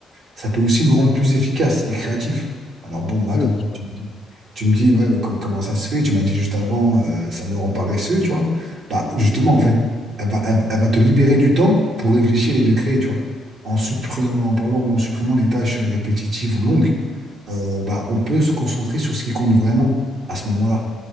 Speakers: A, on the right; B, on the left.
A: ça peut aussi nous rendre plus efficaces et créatifs. Alors bon, là,
B: Oui,
A: comme
B: bien
A: ça,
B: sûr.
A: tu me dis, tu me dis ouais, mais co- comment ça se fait? Tu m'as dit juste avant, euh, ça nous rend paresseux, tu vois. Bah, justement, en fait, elle va, elle- elle va te libérer du temps pour réfléchir et de créer, tu vois. En supprimant, par exemple, en supprimant les tâches répétitives ou longues, euh, bah, on peut se concentrer sur ce qui compte vraiment à ce moment-là.